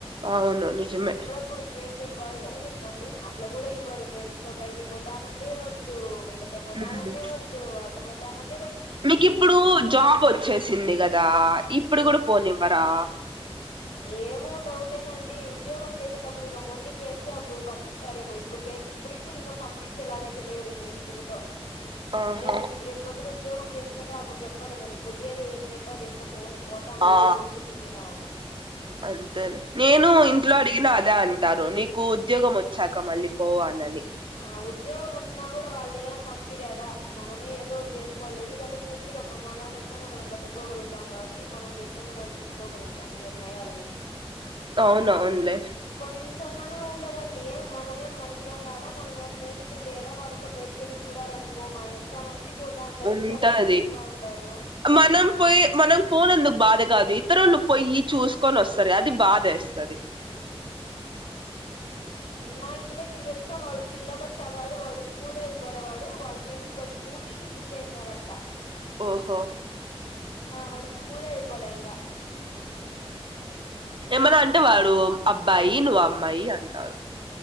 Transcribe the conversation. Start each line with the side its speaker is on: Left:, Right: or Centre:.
Right: అవును నిజమే
Left: ఇప్పుడు స్వేచ్ఛ ఇవ్వాలి కదా చెప్పండి అట్ కూడా ఇవ్వరు ఫ్రెండ్స్ తో బయటకి పోతామంటే వద్దు వళ పోతమంటె
Right: ఉమ్
Left: వద్దు వాళ్ళతో పోతామన్
Right: మీకు ఇప్పుడు జాబ్ వచ్చేసింది కదా ఇప్పుడు
Left: ఉమ్.
Right: కూడా పోనివ్వరా
Left: ఏమో డౌటేనండి ఉద్యోగం చేసేటప్పుడు ఇంక మొండికేస్తే అప్పుడు పంపిస్తారేమో ఇ ఇప్పుడికైతే ఇప్పుడిప్పుడు ఇంగ పంపించేలాగైతే లేరు స్నేహితులతో
Right: ఆహా
Left: రేపుద్ రేపు పొద్దున ఉద్యోగం చేసుకుంటా అప్పుడు చెప్పాలి ఇంగ పొయ్యేదే ఏం చే చేస్తావో చేసుకో పో నేను పోతా
Right: ఆ
Left: ఏమీ ఎప్పుడు నీదేనా అని
Right: అంతేలే నేను
Left: ఆ
Right: ఇంట్లో అడిగిన ఆదా అంటారు నీకు ఉద్యోగం వచ్చాక మళ్ళీ పోవనని
Left: ఆ ఉద్యోగం వచ్చినా కూడా వాళ్ళేం పంపిరాడా మనమే ఏందోఒకటి చేసుకోవాలి ఎందుకంటే పూర్తిగా అప్పుడు మన సొంతంగా మనం బతుక్కకోగలుగుతాం కాబట్ టి మనం డెసిషన్లు మనం తీసుకోగలుగుతాం నిర్ణయాలని
Right: అవునవునులే
Left: కొంచెంగానా ఉండదండి మనమే మనుషులం కాదా మనం స్నేహితులు లేరా వాళ్ళతో బయటకెళ్ళి చూడాలనుకోమా ఎంత ఎంతమంది పోతా అంటారు
Right: ఉంటది
Left: ఎంతమంది తిరుగుతా ఉంటారు
Right: మనం పోయి మనం పోనందుకు బాధ కాదు ఇతరుళ్ళు పోయి చూసుకొని వస్తారు గా అది బాధ వేస్తది
Left: మా ఇంటి దగ్గర తెలుసా వాడు పిల్ల బచ్చాగాడు వాడు స్కూల్ అయిపోలే వాడు వాళ్ళ ఫ్రెండ్స్ కలిసి ఊటీకి ట్రిప్ పేసినారంట
Right: ఓహో
Left: వాడిది స్కూలే అయిపోలే ఇంగా
Right: ఏమనా అంటే వాడు అబ్బాయి నువ్ అమ్మాయి అంటారు